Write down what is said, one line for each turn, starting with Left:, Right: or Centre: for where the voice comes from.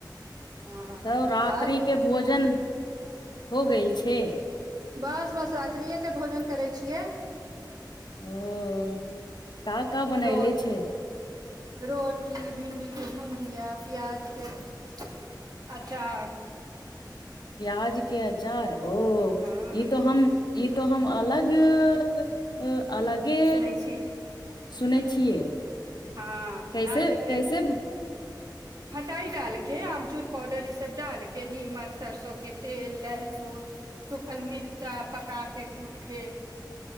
Right: ह
Left: तऽ रात्रि
Right: आब
Left: के भोजन हो गेल छै
Right: बस बस रात्रिएके भोजन करै छियै
Left: ओ का का बनैले
Right: रो
Left: छै
Right: रोटी भिंडी के भुजिया भिया प्याज के अचार
Left: प्याज के अचार ओ
Right: हँ
Left: ई त हम ई तो हम अलग ए अलगे
Right: सुनै छियै
Left: सुनै अ- छियै
Right: हँ
Left: कैसे
Right: प्याजके
Left: कैसे
Right: खटाइ डालि कऽ आमचूर पाउडर इसभ डालि कऽ निमक सरिसोकें तेल लहसुन सूखल मिर्चा पका कऽ कूटि कऽ